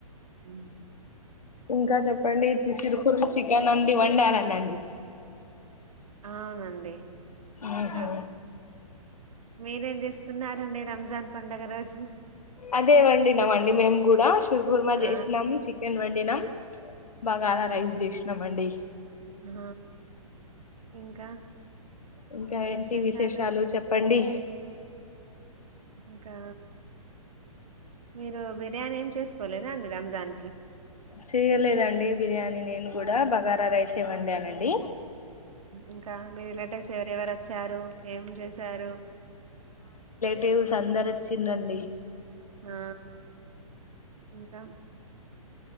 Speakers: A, on the right (about 70°); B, on the left (about 85°).
A: అ
B: ఇంకా చెప్పండి చికెన్ కుర్లు చికెన్ వండి వండారనండి
A: అవునండి
B: ఆహా
A: ఇంకా మీరేం చేసుకున్నారండి రంజాన్ పండగ రోజు
B: అదే వండినామండి మేము కూడా షరుకుర్మా
A: ఆ
B: చేసినాం చికెన్ వండిన నన్ బగార రైస్ జెసి నమ్మండి
A: ఆ ఇంకా
B: ఇంకా
A: ఇంకేం
B: ఏంటి
A: విశేషాలు
B: చెప్పండి
A: ఇంకా మీరు బిర్యానీ ఏం చేసుకోలేదా అండి రంజాన్ కి
B: చేయలేదండి బిర్యానీ నేను కూడా బగారా రైస్ ఎ వండానండి
A: ఇంకా మీ రిలేటెవ్స్ ఎవరెవరు వచ్చారు ఏం చేశారు
B: టేవస్ అందరి వచ్చిండిరండి
A: ఆ ఇంకా